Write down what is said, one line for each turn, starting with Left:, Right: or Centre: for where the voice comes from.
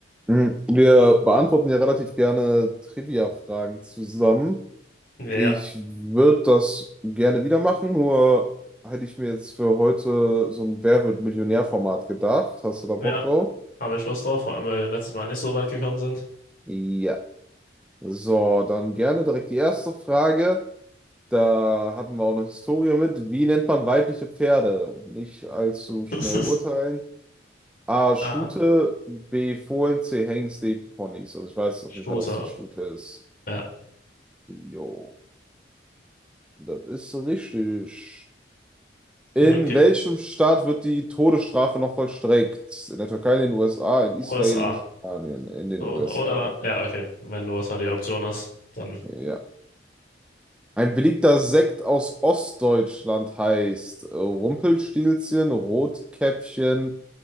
Centre: Mhm. Wir beantworten ja relativ gerne Trivia-Fragen zusammen.
Left: Ja,
Centre: Ich würde das gerne wieder machen, nur hätte ich mir jetzt für heute so ein Wer wird Millionär-Format gedacht. Hast du da Bock
Left: ja.
Centre: drauf?
Left: Habe ich Lust drauf, vor allem weil wir letztes Mal nicht so weit gekommen sind.
Centre: Ja. So, dann gerne direkt die erste Frage. Da hatten wir auch eine Historie mit. Wie nennt man weibliche Pferde? Nicht allzu schnell
Left: <laughs>
Centre: urteilen. A. Stute,
Left: Ah,
Centre: B. Fohlen, C. Hengst, D. Ponys. Also ich weiß auf
Left: Shooter.
Centre: jeden Fall, dass die Stute ist.
Left: Ja.
Centre: Jo. Das ist richtig. In
Left: Okay.
Centre: welchem Staat wird die Todesstrafe noch vollstreckt? In der Türkei, in den USA, in
Left: USA.
Centre: Israel, in Spanien, in den
Left: So.
Centre: USA.
Left: Oder, ja, okay. Wenn USA die Option ist, dann.
Centre: Ja. Ein beliebter Sekt aus Ostdeutschland heißt äh, Rumpelstilzchen, Rotkäppchen,